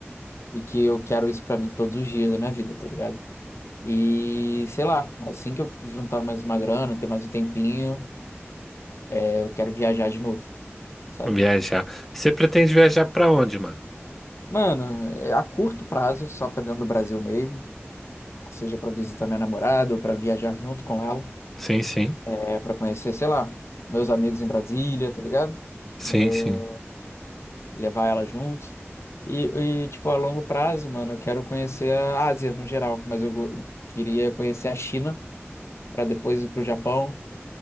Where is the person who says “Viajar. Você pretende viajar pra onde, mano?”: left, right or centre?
Centre